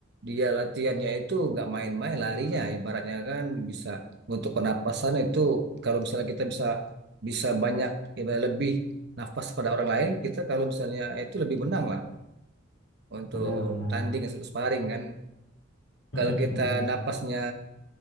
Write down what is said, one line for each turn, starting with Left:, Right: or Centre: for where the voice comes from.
Right: Dia latihannya itu nggak main-main larinya, ibaratnya kan bisa untuk pernapasan itu kalau misalnya kita bisa bisa banyak ibarat lebih nafas pada orang lain, kita kalau misalnya itu lebih menang lah
Left: <laughs>
Right: untuk
Left: benar-benar
Right: tanding sparring kan.
Left: Mm,
Right: Kalau
Left: mm,
Right: kita
Left: mm.
Right: napasnya